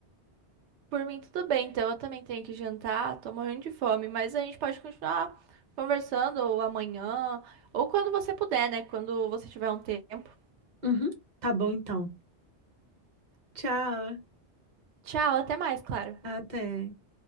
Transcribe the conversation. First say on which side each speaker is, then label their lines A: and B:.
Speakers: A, on the right (about 85°); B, on the right (about 45°).
A: Por mim, tudo bem, então eu também tenho que jantar, tô morrendo de fome, mas a gente pode continuar conversando ou amanhã, ou quando você puder, né? Quando você tiver um tempo.
B: Uhum, tá bom, então. Tchau,
A: Tchau, até mais, Clara.
B: até.